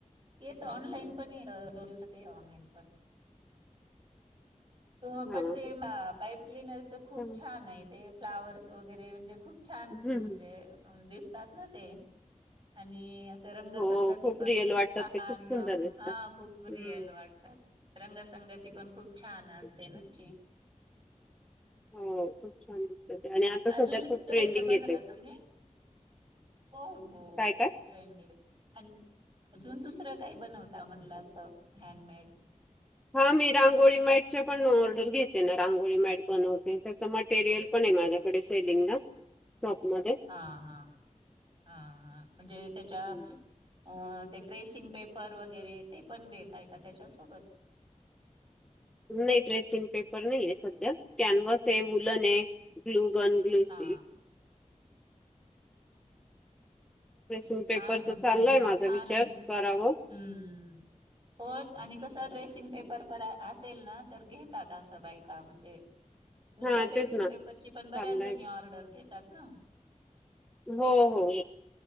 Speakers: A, on the right; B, in the centre.
A: येत ऑनलाईन पण येत दोन दिवसात ते येत ऑनलाईन पण त
B: हां.
A: पण ते
B: हां.
A: पाईप क्लिनरच खूप
B: चांगलं.
A: छान आहे ते फ्लावर्स वगैरे म्हणजे खूप छान म्हणजे
B: हं. हं.
A: दिसतात ना ते आणि असं रंगसंगती
B: हो
A: पण
B: रिअल
A: खूप
B: वाटतात
A: छान
B: ते खूप सुंदर
A: हा
B: दिसतात.
A: खूप
B: हं.
A: रिअल वाट रंगसंगती पण खूप छान असते
B: खूप छान.
A: नची
B: हो खूप छान असं त ते आणि आता
A: अजून
B: सध्या खूप ट्रेंडिंग
A: कशाचं बनवता
B: ये ते
A: तुम्ही हो हो
B: काय काय
A: ट्रेंडिंग आणि अजून दुसरं काय बनवता म्हणलं असं हँडमेड
B: हा मी रांगोळी मॅटच्या पण ऑर्डर घेते ना रांगोळी मॅट बनवते त्याचं मट टेरियल पण आहे माझ्याकडे सेलिंग ला शॉपमध्ये
A: हा हा हा हा म्हणजे त्याच्या
B: हं.
A: अ ते ट्रेसिंग पेपर वगैरे ते पण देताय का त्याच्यासोबत
B: नाही ट्रेरेसिंग पेपर नाहीय सध्या कॅनव्हसये वूलन ये. ग्लु गन ग्लू
A: हा
B: स्टिक ट्रेसिंग
A: हं छान
B: पेपरचा
A: ये मंग
B: चाललाय
A: तुमच
B: माझा
A: छानये
B: विचार
A: हम्म
B: करावं
A: होत आणि कसं ट्रेसिंग पेपर प असेल ना तर घेतात असं बायका म्हणजे
B: <unintelligible>
A: नुसत्या ट्रेसिंग
B: तेच ना
A: पेपरची पण बऱ्याच
B: चाललाय.
A: जणी ऑर्डर घेतात ना.
B: हो हो हो